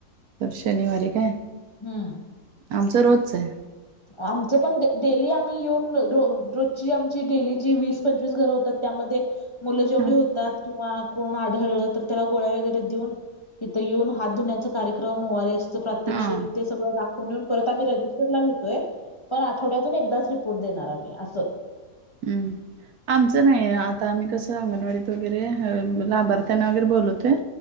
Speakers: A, on the right; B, on the left.
A: तर शनिवारी काय
B: हम्म
A: आमचं रोजच आहे.
B: आमचं पण डेली आम्ही येऊन रोजची आमची डेली ज वीस पंचवीस घर होतात त्यामध्ये मुलं जेवढी
A: हां
B: होतात किंवा कोण आढळलं तर त्याला गोळ्या वगैरे देऊन. इथं येऊन हात धुण्याचा कार्यक्रम ओर एस प्रात्यक्षिक
A: हां
B: ते सगळ दावूनऊन परत आम्ही रजिस्टरला लो. पण आठवड्यातून एकदाच रिपोर्ट देणार आम्ही असं.
A: हम्म आमचं नाही आता आम्ही कसं अंगणवाडीत वगैरे लाभार्थ्यांना वगैरे बोलतो.